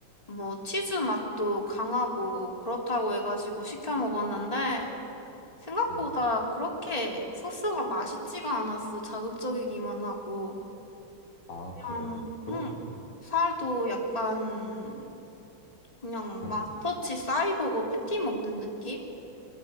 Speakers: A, on the left; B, on the left.
A: 뭐 치즈 맛도 강하고 그렇다고 해가지고 시켜 먹었는데 생각보다
B: 음.
A: 그렇게 소스가 맛있지가 않았어. 자극적이기만 하고.
B: 아,
A: 그냥,
B: 그래? 그럼,
A: 응, 살도 약간, 그냥
B: 응.
A: 마스터치 사이버고 패티 먹는 느낌?